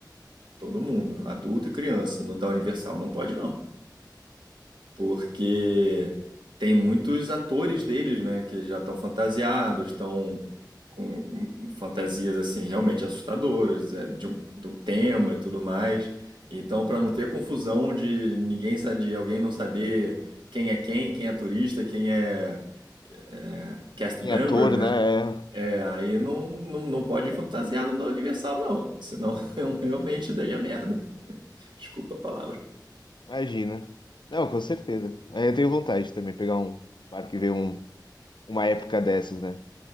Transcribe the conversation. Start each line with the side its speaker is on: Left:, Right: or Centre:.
Right: todo mundo, adulto e criança. No da Universal não pode não, porque tem muitos atores deles, né, que já estão fantasiados, estão com hum, fantasias assim realmente assustadoras, é, de um- do tema e tudo mais. Então, para não ter confusão de ninguém sa- de alguém não saber quem é quem, quem é turista, quem é, é, cast
Left: Em
Right: member,
Left: ator,
Right: né?
Left: né? É,
Right: É, aí não, não, não pode ir fantasiado na Universal, não. Senão <laughs> eu realmente daria merda. Desculpa a palavra.
Left: imagina. Não, com certeza. É, Eu tenho vontade também de pegar um parque e ver um, uma época dessas, né?